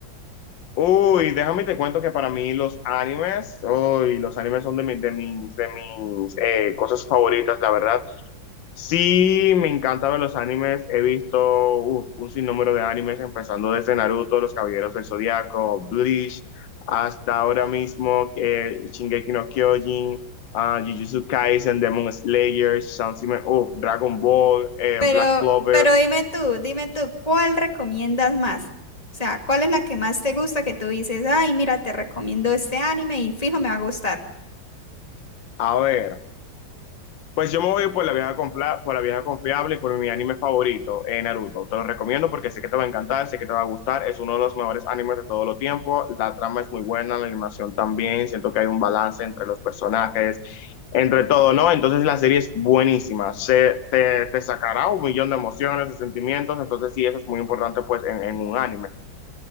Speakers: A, on the left (about 75°); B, on the left (about 20°).
A: Uy, déjame te cuento que para mí los animes, uy, los animes son de, mi- de mis, de mis eh, cosas favoritas, la verdad. Sí, me encanta ver los animes. He visto uf, un sinnúmero de animes, empezando desde Naruto, Los Caballeros del Zodiaco, Bleach, hasta ahora mismo eh, Shingeki no Kyojin, ah, Jujutsu Kaisen, Demon Slayer, Saint Seiya, uf, Dragon Ball, eh,
B: Pero,
A: Black Clover.
B: pero dime tú, dime tú, ¿cuál recomiendas más? O sea, ¿cuál es la que más te gusta que tú dices, ay, mira, te recomiendo este anime y fijo, me va a gustar?
A: A ver. Pues yo me voy por la vieja, confla- por la vieja confiable y por mi anime favorito, eh, Naruto. Te lo recomiendo porque sé que te va a encantar, sé que te va a gustar. Es uno de los mejores animes de todo el tiempo. La trama es muy buena, la animación también. Siento que hay un balance entre los personajes, entre todo, ¿no? Entonces la serie es buenísima. Se, te, te sacará un millón de emociones, de sentimientos. Entonces sí, eso es muy importante pues en en un anime.